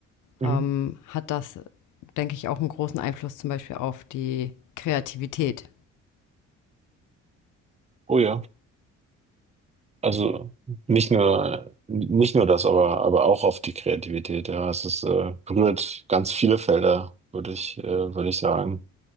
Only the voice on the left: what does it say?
ähm, hat das, denke ich, auch einen großen Einfluss zum Beispiel auf die Kreativität.